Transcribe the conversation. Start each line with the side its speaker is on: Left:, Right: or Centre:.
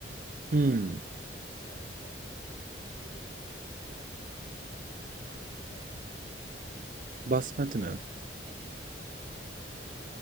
Right: Hmm,
Left: Asya mutfağı ile alakalı aklına gelebilecek her şey. Pirinç, e, ne derler ona? E,
Right: basmati mi?
Left: pirinç e,